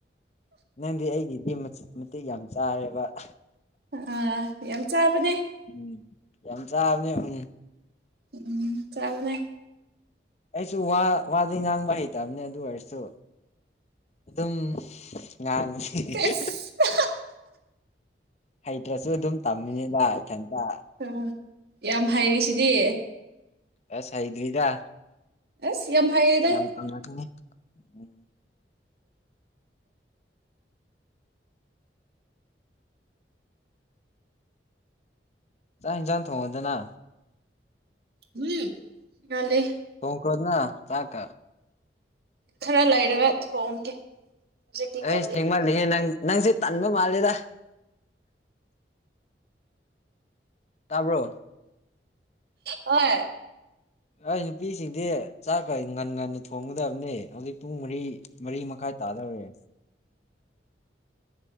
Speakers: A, on the left; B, on the right.
A: ꯅꯪꯗꯤ ꯑꯩꯒꯤꯗꯤ ꯃꯆꯤꯠ ꯃꯇꯤꯛ ꯌꯥꯝ ꯆꯥꯔꯦꯕ ꯍꯥ꯫
B: ꯑꯥ ꯌꯥꯝ ꯆꯥꯕꯅꯦ
A: ꯎꯝ ꯌꯥꯝ ꯆꯥꯕꯅꯤ ꯎꯝ꯫
B: ꯎꯝ ꯆꯥꯕꯅꯦ꯫
A: ꯑꯩꯁꯨ ꯋꯥ ꯋꯥꯗꯤ ꯉꯥꯡꯕ ꯍꯩꯇꯝꯅꯦ ꯑꯗꯨ ꯑꯣꯏꯔꯁꯨ꯫ ꯑꯗꯨꯝ ꯉꯥꯡꯕꯅꯤ ꯍꯤꯍꯤꯍ‌ꯦꯍꯦ꯫
B: ꯁꯦꯁ
A: ꯍꯩꯇ꯭ꯔꯁꯨ ꯑꯗꯨꯝ ꯇꯝꯃꯤꯅꯤꯗ ꯏꯊꯟꯇ꯫
B: ꯑꯥ ꯌꯥꯝ ꯍꯩꯔꯤꯁꯤꯗꯤ꯫
A: ꯑꯁ ꯍꯩꯗ꯭ꯔꯤꯗ꯫
B: ꯑꯁ꯫ ꯌꯥꯝ ꯍꯩꯔꯦꯗ
A: ꯌꯥꯝ ꯇꯝꯃꯛꯈꯤꯒ‌ꯦ ꯎꯝ ꯆꯥꯛ ꯍꯦꯟꯖꯥꯡ ꯊꯣꯡꯉꯣꯗꯅ꯫
B: ꯂꯨꯏ... ꯉꯜꯂꯤ
A: ꯀ‌ꯣꯅ‌ꯦ ꯆꯥꯛꯀ꯫
B: ꯈꯔ ꯂꯩꯔꯒ ꯊꯣꯡꯒꯦ꯫ ꯍꯧꯖꯤꯛꯇꯤ
A: ꯑꯩꯁ
B: ꯉꯜꯂꯤ
A: ꯊꯦꯡꯃꯜꯂꯤꯍꯦ ꯅꯪ ꯅꯪꯁꯦ ꯇꯟꯕ ꯃꯥꯜꯂꯦꯗ꯫ ꯇꯥꯕ꯭ꯔꯣ꯫
B: ꯍ‌ꯣꯏ꯫
A: ꯑꯩ ꯅꯨꯄꯤꯁꯤꯡꯗꯤ ꯆꯥꯛ ꯉꯟ ꯉꯟꯅ ꯊꯣꯡꯒꯗꯕꯅꯦ ꯍꯧꯖꯤꯛ ꯄꯨꯡ ꯃꯔꯤ꯫ ꯃꯔꯤ ꯃꯈꯥꯏ ꯇꯥꯗꯧꯔꯦ꯫